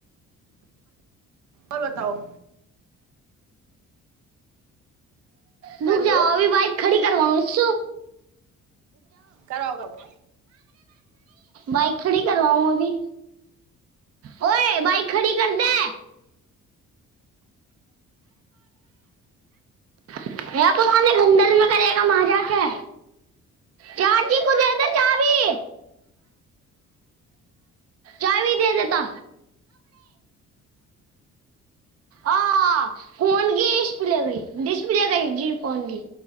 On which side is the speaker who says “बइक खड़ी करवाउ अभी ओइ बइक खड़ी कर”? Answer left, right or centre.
Right